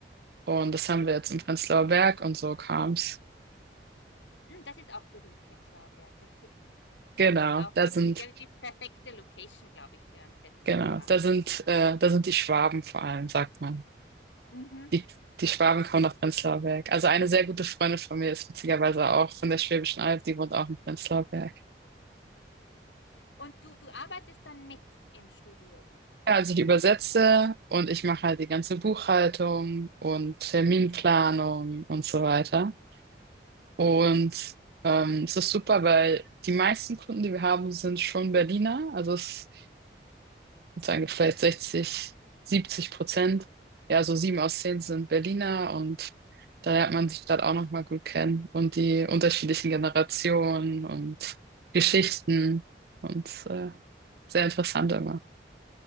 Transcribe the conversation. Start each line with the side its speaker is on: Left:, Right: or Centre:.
Right: Und das haben wir jetzt im Prenzlauer Berg und so kam's.
Left: Hm, das ist auch berühmt, Prenzlauer Berg, richtig?
Right: Genau,
Left: Das ist auch
Right: da
Left: richtig.
Right: sind,
Left: Das die perfekte Location, glaube ich, für einen Tätowierer.
Right: genau, da sind, äh, da sind die Schwaben vor allem, sagt man.
Left: Mhm.
Right: Die, die Schwaben kommen nach Prenzlauer Berg. Also eine sehr gute Freundin von mir ist witzigerweise auch von der Schwäbischen Alb, die wohnt auch in Prenzlauer Berg.
Left: Hm. Und du, du arbeitest dann mit im Studio?
Right: Ja, also ich übersetze und ich mache halt die ganze Buchhaltung und Terminplanung und so weiter. Und ähm, es ist super, weil die meisten Kunden, die wir haben, sind schon Berliner. Also es sozusagen vielleicht sechzig siebzig Prozent. Ja, so sieben aus zehn sind Berliner und da lernt man die Stadt auch nochmal gut kennen und die unterschiedlichen Generationen und Geschichten und äh, sehr interessant immer.